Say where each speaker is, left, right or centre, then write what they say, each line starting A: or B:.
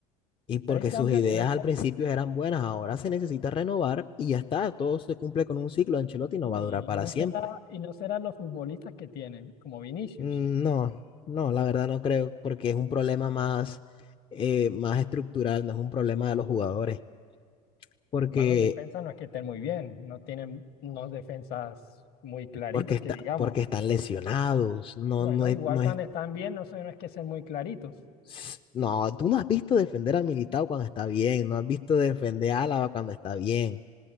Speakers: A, on the left; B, on the left.
A: Y porque
B: Tres
A: sus
B: Champions
A: ideas
B: que no es
A: al
B: poco.
A: principio eran buenas, ahora se necesita renovar y ya está, todo se cumple con un ciclo. Ancelotti no
B: Y
A: va a durar para
B: no
A: siempre.
B: será, y no serán los futbolistas que tienen, como Vinicius.
A: Mm, No, no, la verdad no creo, porque es un problema más, eh, más estructural, no es un problema de los jugadores, porque,
B: Además, los defensas no es que estén muy bien, no tienen unos defensas muy claritos
A: porque, está,
B: que digamos.
A: porque están lesionados, no,
B: Bueno,
A: no es,
B: igual
A: no es
B: cuando están bien, no sé, no es que sean muy claritos.
A: S- No, tú no has visto defender a Militao cuando está bien, no has visto defender a Álava cuando está bien,